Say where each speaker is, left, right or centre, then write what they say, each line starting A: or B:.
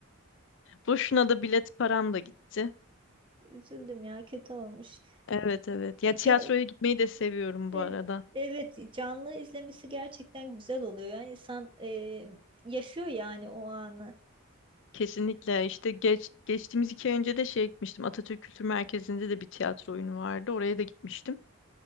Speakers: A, on the left; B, on the right.
A: Boşuna da bilet param da gitti.
B: <laughs> üzüldüm ya kötü olmuş.
A: Evet evet. Ya tiyatroya
B: Ya,
A: gitmeyi de seviyorum bu
B: e,
A: arada.
B: evet canlı izlemesi gerçekten güzel oluyor. Yani insan e, yaşıyor yani o anı.
A: Kesinlikle. İşte geç, geçtiğimiz iki ay önce de şey gitmiştim. Atatürk Kültür Merkezi'nde de bir tiyatro oyunu vardı. Oraya da gitmiştim.